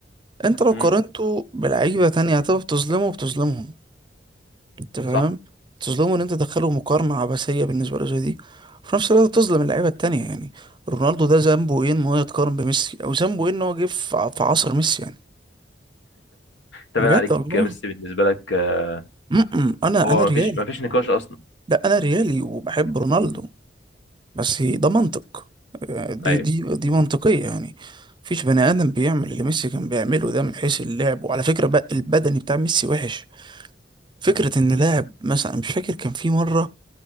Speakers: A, on the right; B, on the left.
A: انت لو قارنته
B: امم
A: بلعيبة تانية هتبقى بتظلمه بتظلمهم انت فاهم
B: صح
A: بتظلمه ان انت تدخله مقارنة عبثية بالنسبة له زي دي وفي نفس الوقت بتظلم اللعيبة التانية يعني رونالدو ده ذنبه ايه ان هو يتقارن بميسي او ذنبه ايه ان هو جه في ع- في عصر ميسي يعني
B: تمام
A: بجد
B: عليك
A: والله
B: يا ميسي بالنسبة لك آه،
A: م -م. انا
B: هو
A: انا ريالي
B: مفيش مفيش نقاش اصلا
A: لا انا ريالي وبحب رونالدو
B: مم.
A: بس ده منطق دي
B: ايوه
A: دي دي منطقية يعني مفيش بني آدم بيعمل اللي ميسي كان بيعمله ده من حيث اللعب وعلى فكرة بقى البدني بتاع ميسي وحش فكرة إن لاعب مثلا مش فاكر كان في مرة